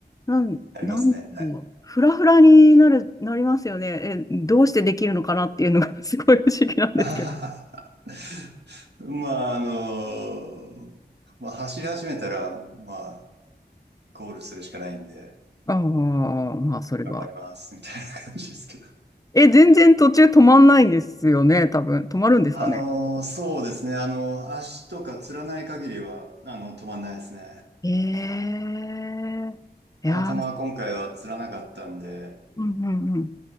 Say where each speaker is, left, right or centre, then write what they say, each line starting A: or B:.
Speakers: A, on the left (about 20°); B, on the right (about 75°).
A: なん、
B: ありますね。
A: なんだろう、フラフラになる、なりますよね。え、どうしてできるのかなっていうのが <laughs> すごい不思議なんですけど。
B: <laughs> あははまあ、あの、まあ、走り始めたら、まあ、ゴールするしかないんで、
A: ああ、まあ、それは。
B: 頑張ります、みたいな感じですけど。
A: え、全然途中止まんないんですよね、多分。止まるんですかね。
B: あのーそうですね。あのー足とかつらない限りは、あの、止まんないですね。
A: ええいやー、
B: たまたま今回はつらなかったんで、
A: うんうんうん。